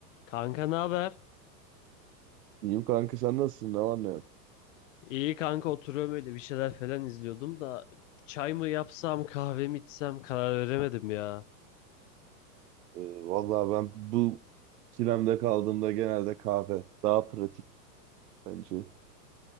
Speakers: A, on the left; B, on the right.
A: Kanka ne haber?
B: İyiyim kanka sen nasılsın? Ne var ne yok?
A: İyi kanka oturuyorum öyle bir şeyler falan izliyordum da çay mı yapsam kahve mi içsem karar veremedim ya.
B: Ee, vallahi ben bu ikilemde kaldığımda genelde kahve daha pratik bence.